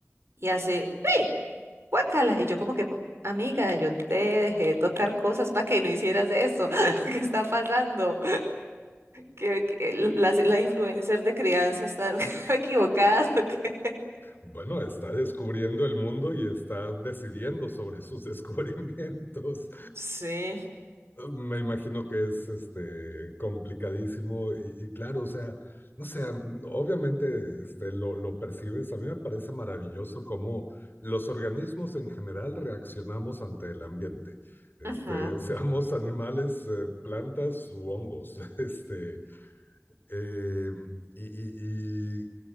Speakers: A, on the right (about 65°); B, on the left (about 45°).
A: y hace... ¡pi! guácala. Y yo como que, amiga, yo te dejé de tocar cosas para que no hicieras esto. <laughs> ¿Qué está pasando? ¿Que, que l- las, las influencers de crianza están <laughs> equivocadas o qué?
B: Bueno, está descubriendo el mundo y está decidiendo sobre sus <laughs> descubrimientos.
A: Sí.
B: Me imagino que es este, complicadísimo y, y claro, o sea, no sé, obviamente este, lo, lo percibes, a mí me parece maravilloso cómo los organismos en general reaccionamos ante el ambiente, este,
A: Ujú,
B: <laughs> seamos animales, eh, plantas u hongos, <laughs> este, eh, y, y, y